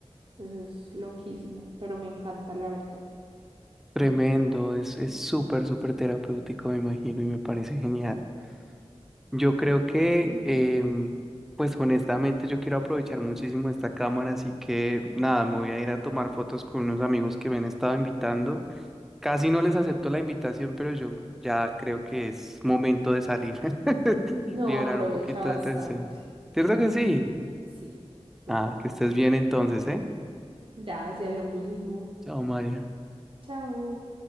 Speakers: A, on the right; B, in the centre.
A: eso es loquísimo, pero me encanta la verdad.
B: Tremendo, es, es súper, súper terapéutico, me imagino, y me parece genial. Yo creo que,
A: Sí.
B: em, pues honestamente, yo quiero aprovechar muchísimo esta cámara, así que nada, me voy a ir a tomar fotos con unos amigos que me han estado invitando. Casi no les acepto la invitación, pero yo ya creo que es momento de salir, <laughs>
A: No,
B: liberar
A: aprovecha
B: un poquito
A: bastante.
B: de tensión. ¿Cierto que sí?
A: Sí, total.
B: Ah, que estés bien entonces, ¿eh?
A: Gracias, lo mismo.
B: Chao, María.
A: Chao.